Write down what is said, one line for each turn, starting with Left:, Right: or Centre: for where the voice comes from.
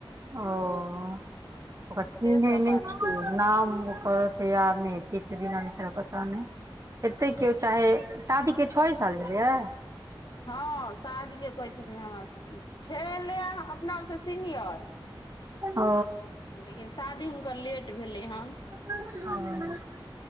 Right: ओ ओकरा चीन्हैं
Left: से सब
Right: नै
Left: बात भेल
Right: छियै
Left: छलै
Right: नाम ओकर तैयार नहि कि छै बीना मिश्र पता नहि। हेतै के, चाहे शादी के छओ साल भेलै हा
Left: हँ शादी के कहै छथिन हमरा, छोडि दले अपना आर से सीनियर
Right: ओ।
Left: लेकिन शादी हुनकर लेट भेलै हन
Right: हं।